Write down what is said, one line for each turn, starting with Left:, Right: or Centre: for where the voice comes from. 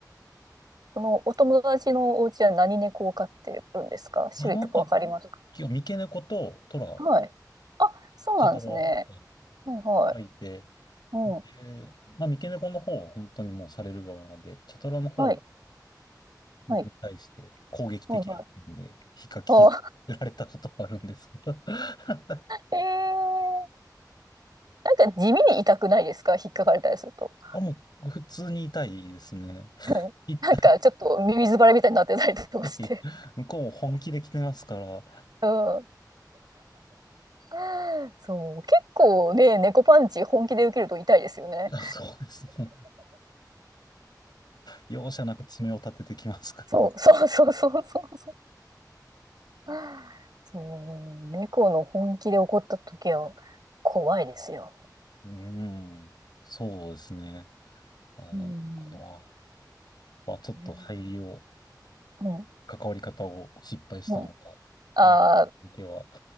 Right: そのお友達のお家は何猫を飼ってるんですか種類とかわかりますか
Left: あの時は、三毛猫とトラ、
Right: はい。あ、そうなんですね。
Left: チャトラ
Right: はいはい。
Left: がいて、
Right: うん。
Left: でまあ、三毛猫の方は本当にもうされる側で、チャトラの方が、
Right: はい。
Left: 僕に対して攻撃的だったんで、
Right: はい。はいはい。
Left: ひっかき傷つけられたことはあるんですけど。
Right: あ、
Left: <laughs>
Right: えー、なんか地味に痛くないですか引っかかれたりすると。
Left: あ、もう普通に痛いですね。
Right: <laughs> うんなんかちょっと耳ズばれみたいになってたりとかして。
Left: 痛い。<laughs> ぜひ向こうも本気で来てますから。
Right: うん。<laughs> そう、結構ね、猫パンチ本気で受けると痛いですよね。
Left: いや、そうですね。容赦なく爪を立ててきますからね。
Right: そう、そうそうそうそうそう。<laughs> そう、猫の本気で怒った時は怖いですよ。
Left: うん。そうですね。あの、
Right: うん。
Left: このは、まあ、ちょっと入りを、
Right: うん。う
Left: 関わり方を失敗したのか。
Right: ん。ああ、
Left: あの時は。